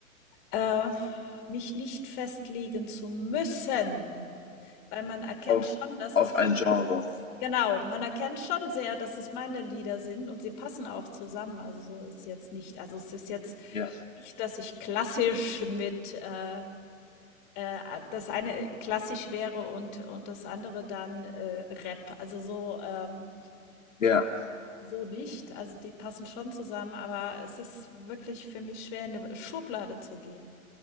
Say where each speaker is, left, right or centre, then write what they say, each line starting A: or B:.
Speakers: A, on the left; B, on the left.
A: äh, mich nicht festlegen zu müssen, weil man erkennt
B: auf,
A: schon, dass
B: auf
A: es meine
B: ein Genre.
A: Genau, man erkennt schon sehr, dass es meine Lieder sind und sie passen auch zusammen. Also, so ist jetzt nicht also, es ist jetzt
B: Ja,
A: nicht, dass ich klassisch mit, äh, äh das eine klassisch wäre und und das andere dann, äh, Rap. Also, so, ähm
B: ja.
A: so nicht. Also, die passen schon zusammen, aber es ist wirklich für mich schwer, in 'ne Schublade zu gehen.